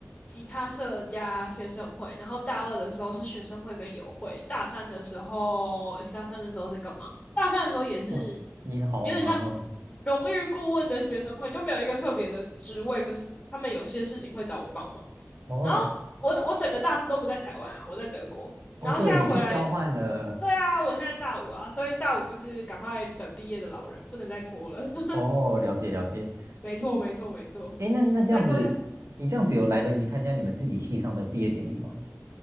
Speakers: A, on the left; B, on the right.
A: 吉他社加学生会，然后大二的时候是学生会跟友会，大三的时候，诶大三的时候是干嘛？大三的时候也是
B: 哇，你好忙哦，
A: 有点像荣誉顾问的学生会，就没有一个特别的职位，可是他们有些事情会找我帮忙。
B: 哦
A: 然后我我整个大四都不在台湾啊，我在德国。
B: 哦，
A: 然后现在回来，
B: 对，你去交换了，
A: 对啊，我现在大五啊，所以大五就是赶快等毕业的老人，不能再拖了。<laughs>
B: 哦，了解了解。
A: 没错，
B: 诶
A: 没错，没错，
B: 哎，那那这样子，
A: 再拖下。嗯
B: 你这样子有来得及参加你们自己系上的毕业典礼吗？